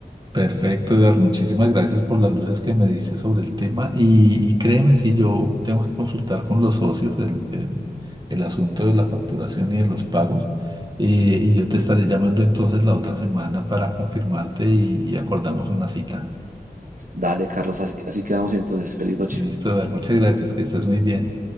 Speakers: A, on the right; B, on the right.
A: Perfecto, Eduardo. Muchísimas gracias por las luces que me diste sobre el tema. Y, y créeme, si yo tengo que consultar con los socios el, el- el asunto de la facturación y de los pagos. Eh, y yo te estaré llamando entonces la otra semana para confirmarte y, y acordamos una cita.
B: Dale, Carlos, así, así quedamos entonces. Feliz noche.
A: Listo, Eduardo. Muchas gracias. Que estés muy bien.